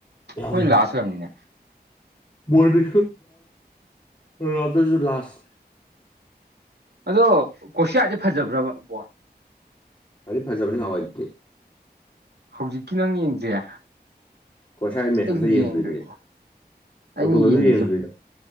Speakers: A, on the left; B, on the right.
A: ꯌꯥꯎꯔꯤ
B: ꯃꯣꯏ ꯂꯥꯁ ꯑꯣꯏꯔꯕꯝꯅꯤꯅꯦ
A: ꯋꯥꯔꯜ ꯔꯁꯨ ꯂꯥꯁ
B: ꯑꯗꯣ ꯀꯣꯁꯤꯌꯥꯁꯦ ꯐꯖꯕ꯭ꯔꯕꯕꯣ
A: ꯀꯒꯥꯔꯤ ꯐꯖꯕꯅꯤ ꯉꯋꯥꯏꯗꯦ
B: ꯍꯧꯖꯤꯛꯀꯤ ꯅꯪ ꯌꯦꯡꯗ꯭ꯔꯤꯦ
A: ꯀꯣꯔꯁꯥꯏ ꯃꯦꯠꯆ
B: ꯑꯩ
A: ꯑꯝꯇ ꯌꯦꯡꯗ꯭ꯔꯤꯗ
B: ꯌꯦꯡꯗ꯭ꯔꯤ
A: ꯑꯩ ꯄꯣꯔꯇꯨꯒꯜꯁꯨ
B: ꯑꯩꯅ ꯌꯦꯡꯉꯁꯤꯦ
A: ꯌꯦꯡꯗ꯭ꯔꯤꯗ